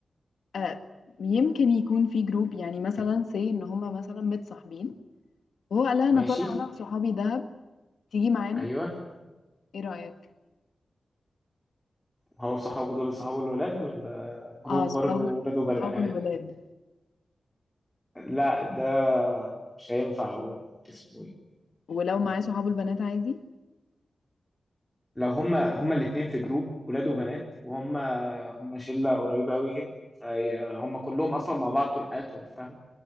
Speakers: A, on the left; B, in the centre.
A: آه يمكن يكون في جروب يعني مثلا سي ان هما مثلا متصاحبين وهو قال لها انا
B: ماشي
A: طالع انا وصحابي دهب تيجي معانا
B: ايوه
A: ايه رأيك
B: هو صحابه دول صحابه الولاد ولا جروب
A: اه صحابه
B: برضو ولاد وبنات
A: صحابه الولاد
B: لا ده مش هينفع اقول اسمه ايه
A: ولو معاه صحابه البنات عادي
B: لو هما هما الاتنين في جروب ولاد وبنات وهما هما شلة قريبة قوي كده فهي- هما كلهم اصلا مع بعض طول حياتهم فاهم